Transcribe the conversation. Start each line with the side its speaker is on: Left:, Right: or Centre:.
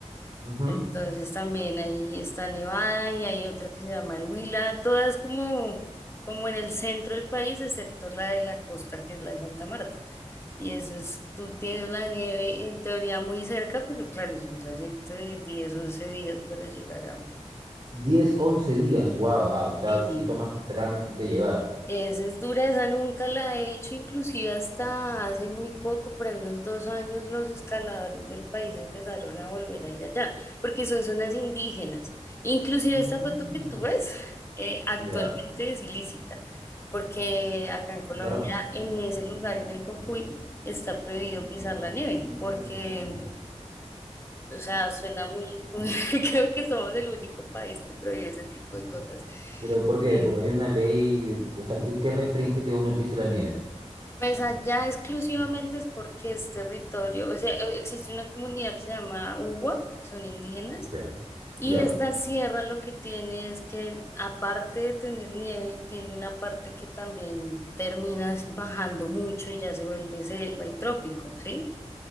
Right: Ujú.
Left: Entonces también ahí está Nevada y hay otra que se llama el Huila, todas como, como en el centro del país, excepto la de la costa, que es la de Santa Marta. Y eso es, tú tienes la nieve en teoría muy cerca, pero claro, es un trayecto de 10 11 días para llegar a...
Right: diez once días, wow, ah, o sea,
Left: Sí.
Right: sí toma su trámite llegar.
Left: Esa es dura, esa nunca la he hecho, inclusive hasta hace muy poco, por ahí unos dos años, los escaladores del país empezaron a volver a ir allá, porque son zonas indígenas. Inclusive
Right: Mm.
Left: esta foto que tú ves <laughs> eh, actualmente
Right: Ya,
Left: es ilícita, porque acá en Colombia,
Right: caramba.
Left: en ese lugar, en el Cocuy, está prohibido pisar la nieve, porque, o sea, suena muy, <laughs> muy- creo que somos el único país que prohíbe ese tipo de cosas.
Right: ¿Pero por qué?
Left: Eh,
Right: Porque hay una ley, o sea, que, que restringe que uno pise la nieve.
Left: Pues allá exclusivamente es porque es territorio, o sea, e- existe una comunidad que se llama Ugua, que son indígenas,
Right: Ya.
Left: y
Right: Ya.
Left: esta sierra lo que tiene es que, aparte de tener nieve, tiene una parte que también terminas bajando mucho y ya se vuelve selva y trópico, ¿sí?